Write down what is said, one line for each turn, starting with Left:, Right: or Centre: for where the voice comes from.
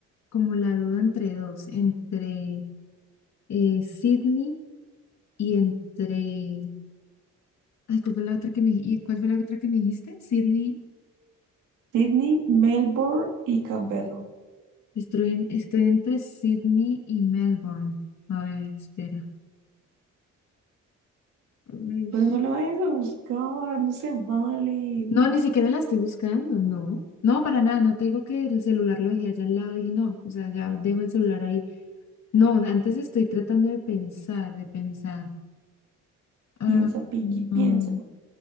Left: como la duda entre dos, entre eh, Sydney y entre. Ay, ¿cuál fue la otra que me, y cuál fue la otra que me dijiste? Sydney.
Right: Sydney, Melbourne y Canberra.
Left: Estoy, en- estoy entre Sydney y Melbourne. A ver, espera. Uy.
Right: Pero no lo vayas a buscar, no se vale.
Left: No, ni siquiera la estoy buscando, no. No, para nada, no te digo que el celular lo dejé allá al lado y dije, no, o sea, ya dejo el celular ahí. No, antes estoy tratando de pensar, de pensar. Ah,
Right: Piensa, Pinky,
Left: mm,
Right: piensa.